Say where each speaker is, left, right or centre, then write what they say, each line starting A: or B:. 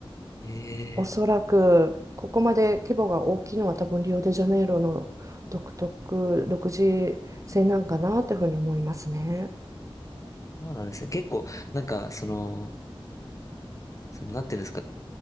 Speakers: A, on the left (about 35°); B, on the right (about 35°).
A: ええ
B: おそらく、ここまで規模が大きいのは多分リオデジャネイロの独特、独自性なんかなというふうに思いますね。
A: そうなんですね。結構、なんか、その、その、なんていうんですか。